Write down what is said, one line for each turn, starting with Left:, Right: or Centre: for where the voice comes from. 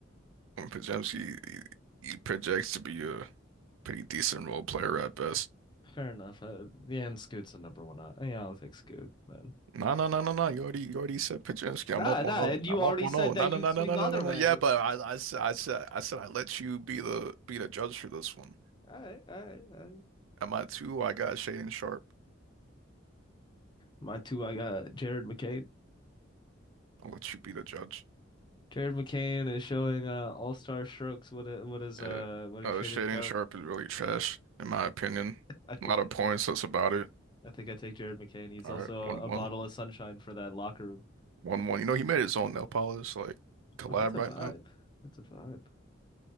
Right: When Pajemski he, he projects to be a pretty decent role player at best.
Left: Fair enough. Uh, yeah, and Scoot's the number one. Out. Yeah, I'll take Scoot then.
Right: No, no, no, no, no. You already, you already said Pajemski.
Left: Nah,
Right: I'm up 1-0.
Left: nah, and you
Right: I'm
Left: already
Right: up 1-0.
Left: said
Right: No,
Left: that you'd
Right: no, no,
Left: swing
Right: no, no,
Left: the
Right: no,
Left: other
Right: no, no.
Left: way.
Right: Yeah, but I, I, said, I said, I said, I let you be the be the judge for this one.
Left: All right, all right, all right.
Right: Am I two? I got Shaden Sharp.
Left: My two, I got Jared McCain.
Right: I'll let you be the judge.
Left: Jared McCain is showing uh, all-star strokes. What i- what is
Right: Yeah.
Left: uh what is
Right: Uh,
Left: Shaden
Right: Shaden
Left: Sharp?
Right: Sharp is really trash, in my opinion.
Left: I think
Right: A lot of
Left: I,
Right: points. That's about it.
Left: I think I take Jared McCain. He's
Right: All
Left: also
Right: right, one
Left: a
Right: one,
Left: bottle of sunshine for that locker room.
Right: one one. You know, he made his own nail polish like collab
Left: Oh, that's a
Right: right
Left: vibe.
Right: now.
Left: That's a vibe.